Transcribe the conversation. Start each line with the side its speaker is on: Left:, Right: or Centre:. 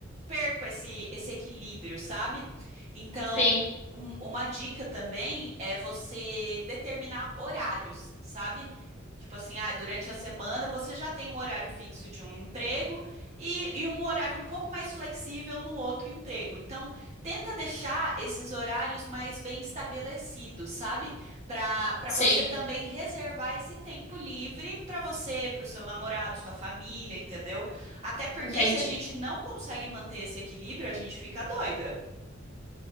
Right: perco esse, esse equilíbrio, sabe? Então,
Left: Sim,
Right: um- uma dica também é você determinar horários, sabe? Tipo assim, ah, durante a semana você já tem um horário fixo de um emprego e, e um horário um pouco mais flexível no outro emprego. Então, tenta deixar esses horários mais bem estabelecidos, sabe? para para
Left: sei,
Right: você também reservar esse tempo livre para você, para o seu namorado, sua família, entendeu? Até porque
Left: entendi.
Right: se a gente não consegue manter esse equilíbrio, a gente fica doida.